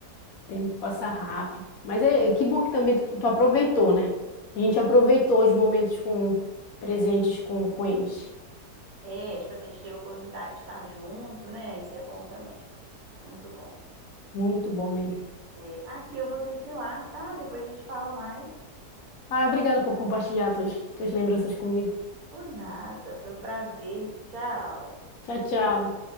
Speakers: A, on the left; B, on the right.
A: O tempo passa rápido. Mas é, é que bom que também tu, tu aproveitou, né? A
B: Muito.
A: gente aproveitou os momentos com presentes com, com eles.
B: É, tipo assim, a gente teve a oportunidade de estar junto, né? Isso é bom também. Muito bom.
A: Muito bom mesmo.
B: É, aqui eu vou ter que ir lá, tá? Depois a gente fala mais.
A: Ah, obrigada por compartilhar tuas, tuas lembranças comigo.
B: Por nada. Foi um prazer. Tchau.
A: Tchau, tchau.